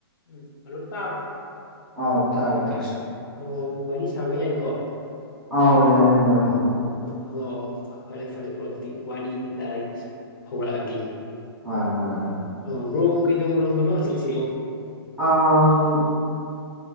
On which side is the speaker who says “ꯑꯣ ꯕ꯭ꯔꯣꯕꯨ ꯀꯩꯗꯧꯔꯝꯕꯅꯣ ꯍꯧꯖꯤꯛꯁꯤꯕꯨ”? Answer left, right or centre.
Left